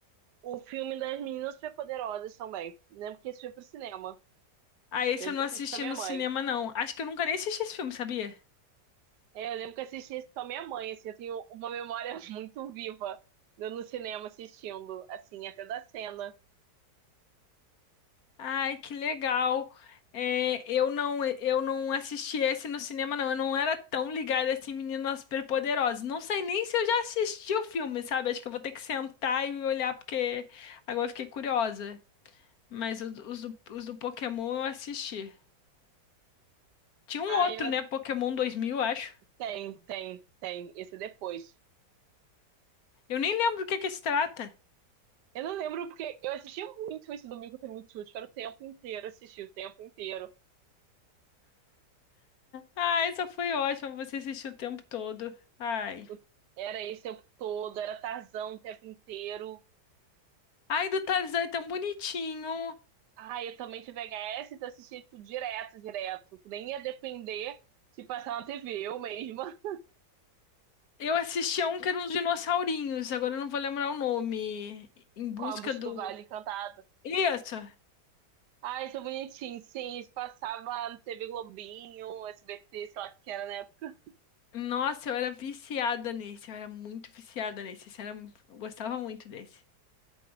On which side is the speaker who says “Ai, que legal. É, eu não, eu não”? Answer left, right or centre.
Left